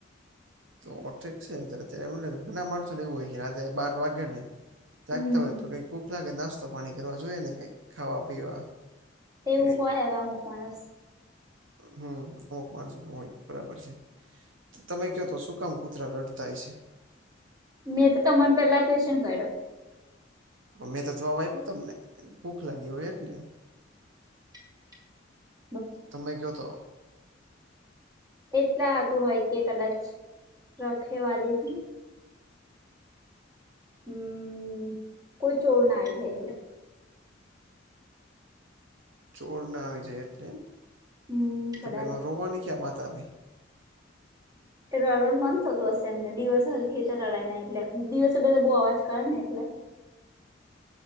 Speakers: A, on the right; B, on the right.
A: તો ઠીક છે ત્યારે એમે ઘણા માણસો લેવું હોય કે રાતે બાર વાગેને જાગતા
B: હમ
A: હોય તો કઈક ભૂખ લાગે નાસ્તો પાણી કરવા જોઈએ ને કઈક ખાવા પીવા.
B: તેવું
A: એ
B: હોય હવે અમુક માણસ.
A: હમ્મ અમુક માનસો માં હોય બરાબર છે. તમે કહો તો શું કામ કૂતરા કરડતાય હશે?
B: મેં તો તમને પેલા ક્વેશ્ચન કર્યો.
A: મેં તો જવાબ આપ્યો તમને ભૂખ લાગી હોય એટલે.
B: <inaudible>
A: તમે કયો તો.
B: એટલાતું હોય કે કદાચ રખેવાલી થી. હમ્મ, કોઈ ચોર ના આવી જાય એટલે.
A: ચોર ના આવી જાય એટલે એમ?
B: હમ
A: તો
B: કદાચ
A: એમાં રોવાની ક્યાં વાત આવે?
B: રડવાનું મન થતું હશે એમને દિવસ હર રડાય ને એટલે દિવસે બધા બહુ અવાજ કરે ને એટલે.